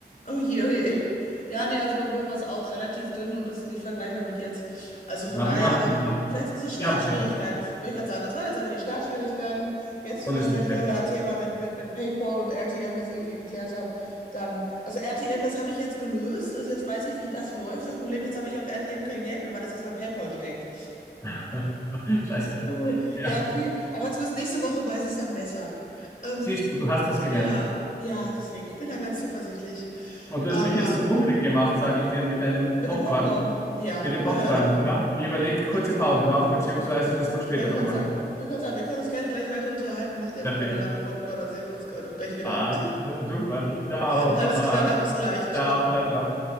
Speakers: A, on the left; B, on the left.
A: Oh je, oh je. Ja, nee, also bei mir war es auch relativ dünn und das ist nicht vergleichbar mit jetzt. Also von
B: Na,
A: daher,
B: wir haben
A: aber
B: es geschafft.
A: vielleicht sind es so Startschwierigkeiten,
B: Wir haben es geschafft.
A: wollte ich gerade sagen. Das waren jetzt einfach die Startschwierigkeiten. Jetzt,
B: Und
A: äh,
B: es
A: wenn
B: wird
A: ich
B: besser.
A: einmal das Thema mit, mit, mit PayPal und RTM jetzt irgendwie geklärt habe, dann, also RTM, das habe ich jetzt gelöst. Also jetzt weiß ich, wie das läuft. Das Problem jetzt habe ich auf RTM kein Geld mehr, weil das jetzt bei PayPal steckt.
B: <laughs> Scheiße.
A: <laughs>
B: Ja.
A: ja, okay, aber zumindest nächste Woche weiß ich es dann besser. Ähm,
B: Siehst du, du hast was gelernt.
A: Ja, ja, deswegen. Ich bin da ganz zuversichtlich.
B: Und du
A: Aber
B: hast mich jetzt so hungrig gemacht, sage ich dir, mit deinem Popcorn.
A: mit dem Popcorn, ja.
B: Mit dem
A: <laughs>
B: Popcorn, ja. Ich überlege, kurze
A: Da,
B: Pause machen, beziehungsweise, dass man später
A: wollte ich
B: nochmal
A: gerade sagen.
B: hört.
A: Wollte ich gerade sagen, wir können uns gerne gleich weiter unterhalten. Mach dir einfach
B: Perfekt.
A: mal eine Ladung Popcorn, dann sehen wir uns gerade gleich wieder.
B: Ah, super. Ciao,
A: <laughs> Alles
B: Papa.
A: klar, dann bis gleich. Ciao.
B: Ciao, ciao, ciao.